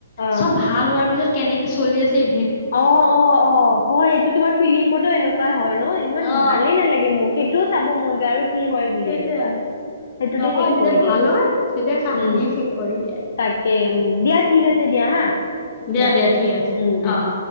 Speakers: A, on the left; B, on the left.
A: অ
B: চব ভাল হোৱাৰ পিছত। কেনেকে চলি আছে সেই-
A: অ', অ', অ', হয় সেইটো তোমাৰ ফিলিমতো এনেকুৱাই হয় ন ইমান
B: অ
A: ভালেই নালাগে মোক সেই- মোৰ চাব মন যায় আৰু- কি হয় বুলি
B: সেইটোয়ে
A: এনেকুৱা সেইটোতে
B: নহয়
A: শেষ
B: যেতিয়া
A: কৰি দিয়ে
B: ভাল হয় তেতিয়া কাহানীয়ে
A: উম।
B: শেষ কৰি দিয়া।
A: তাকে উম দিয়া ঠিক আছে দিয়া হা
B: দিয়া
A: ৰাখো
B: দিয়া ঠিক আছে
A: উম উম।
B: অ অ